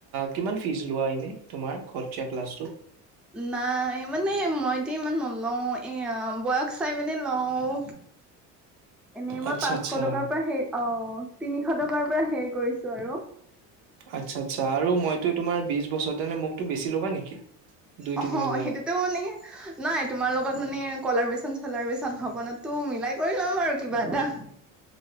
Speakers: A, on the right (about 75°); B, in the centre.
A: কিমান ফিজ লোৱা এনে তোমাৰ ক্লাছটো
B: নাই মানে মই ইতে ইমান নলও এয়া বয়স চাই মানে লওঁ। এনে মই
A: আচ্ছা
B: পাঁচশ
A: আচ্ছা
B: টকাৰ পৰা হেই অ তিনিশ টকাৰ পৰা হেৰি কৰিছো আৰু।
A: আচ্ছা আচ্ছা আৰু মইতো তোমাৰ বিশ বছৰ তেনে মোকতো বেছি ল'বা নেকি? দুই
B: অ
A: তিনি হাজাৰ
B: সেইটোতো মানে ন তোমাৰ লগত মানে কলাৰ বেচন ছলাৰ বেচন হব ন তো মিলাই কৰি লম আৰু কিবা এটা।